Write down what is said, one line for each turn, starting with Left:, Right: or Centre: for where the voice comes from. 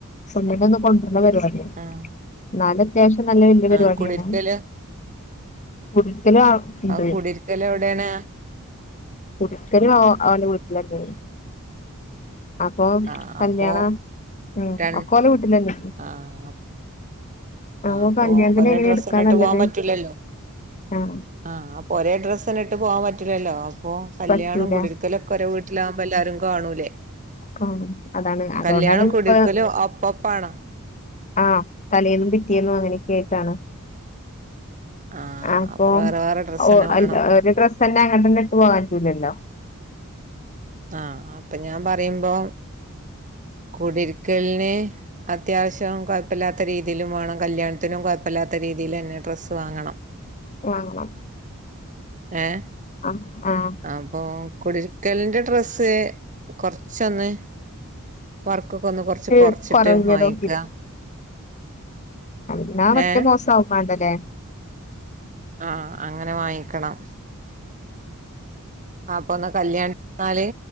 Left: പെണ്ണിനെ കൊ നല്ലപരിപാടിയ
Right: ആഹ്
Left: എന്നല് അത്യാവശ്യം നല്ല വല്യ
Right: ആഹ്
Left: പരിപാടിയാണ്
Right: കുടിരിക്കല്
Left: കുടിരിക്കലും ആ ഇണ്ട്
Right: ആഹ് കുടിരിക്കൽ എവിടെയാണ്
Left: കുടിരിക്കൽ അവൻ്റെ വീട്ടിലെന്നെന്ന് അപ്പം
Right: ആഹ്
Left: കല്യാണം
Right: അപ്പോ
Left: ഉം
Right: രൺ
Left: ഒക്കെ ഒലെ വീട്ടിലന്നെ
Right: ആഹ്
Left: ആഹ് ഓ
Right: അപ്പൊ
Left: പഞ്ചായത്തിന്
Right: ഒരേ
Left: എങ്ങനെ
Right: ഡ്രസ്സിനിട്ട്
Left: എടുക്കാ നല്ലത്
Right: പോവാൻ പറ്റൂലല്ലോ
Left: ആഹ്
Right: ആഹ് അപ്പോ ഒരേ ഡ്രസന്നെ ഇട്ട് പോവാൻ പറ്റില്ലല്ലോ അപ്പോ കല്യാണം
Left: പറ്റൂല
Right: കുടിരിക്കലൊക്കെ ഒരേ വീട് ട്ടിലവുബോ എല്ലാരും കാണൂലേ
Left: കാണും അതാണ് അതുകൊണ്ടാണ്
Right: കല്യാണം
Left: ഇപ്പ
Right: കുടിരിക്കലും ഒപ്പപ്പണോ
Left: ആഹ് തലേന്നും പിറ്റ്യേന്നും അങ്ങനെയൊക്കെ ആയിട്ടാണ്
Right: ആഹ്
Left: അപ്പൊ
Right: വേറെ വേറെ ഡ്രസ്സന്നെ
Left: ഒ അൽ
Right: വേണം
Left: ഒരു ഡ്രസന്നെ അങ്ങോട്ടന്നെ ഇട്ട് പോവാൻ പറ്റൂലല്ലോ
Right: ആഹ് അ ഹ് അപ്പൊ ഞാൻ പറയുമ്പോ കുടിരിക്കൽന് അത്യാവശ്യം കുഴപ്പല്ലാത്ത രീതിയിലും വേണം കല്യാണത്തിനും കുഴപ്പല്ലാത്ത രീതിയിലെന്നെ ഡ്രസ്സ് വാങ്ങണം
Left: വാങ്ങണം
Right: ഏഹ്
Left: അഹ് ആഹ്
Right: അപ്പൊ കുടിര്ക്കലിന്റെ ഡ്രസ്സ് കൊറച്ചൊന്ന് വർക്കൊക്കെ ഒന്ന് കൊറച്ച്
Left: ച്ച്
Right: കൊറച്ചിട്ട്
Left: കൊറഞ്ഞതൊക്കെ
Right: വാങ്ങിക്ക
Left: ന്നാ മറ്റേ
Right: ഏ
Left: മോസം ആവും മാണ്ടല്ലേ
Right: ആഹ് അങ്ങനെ വാങ്ങിക്കണം അപ്പന്ന കല്യാണതിന്ന്നാല്